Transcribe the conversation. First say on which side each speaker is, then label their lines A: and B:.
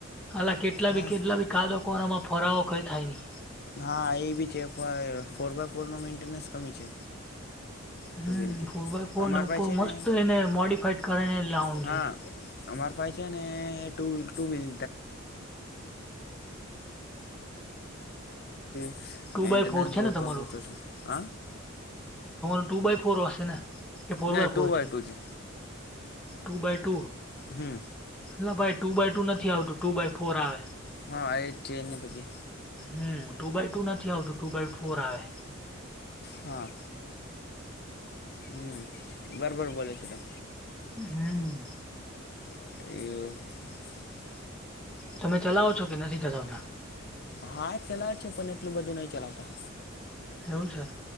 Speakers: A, in the centre; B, on the left.
A: અલા કેટલા
B: હા
A: બી કેટલા બી, કાદો કોરામાં ફરાવો કઈ થાય નહી.
B: હા! એ બી છે. ફોર બાય ફોર નો મેન્ટનસ કમી છે. ટુ
A: હમ
B: વ્હીલથી
A: ફોર બાય ફોર
B: અમારી
A: ને ઉપર
B: પાસે છે
A: મસ્ત
B: ને
A: એને મોડીફાઈડ કરને લઉન્ડ
B: હા
A: છે.
B: અમાર પાસે છે ને, ટુ વ્લ <unintelligible>
A: ટુ
B: મેન્ટનસ
A: બાય ફોર છે
B: બહૂં
A: ને તમારું
B: કો ઓછો છે હ.
A: ટુ બાય ફોર ને એસે ને? કે ફોર
B: ના. ટુ
A: ફોર
B: બાય ટુ છે.
A: Two by two?
B: હમ
A: હ ભાઈ ટુ બાય ટુ નથી આવતું. ટુ બાય ફોર આવે.
B: હા! એ જ છે એને પછી.
A: હમ! ટુ બાય ટુ નથી આવતું. ટુ બાય ફોર આવે.
B: હા! હમ બરોબર બોલે છે તમે.
A: હમ!
B: <inaudible>
A: તમે ચલાવો છો કે નથી ચલાવતા?
B: હા ચલાવે છે. પણ એટલું બધું નહી ચલાવતા.
A: એવું છે.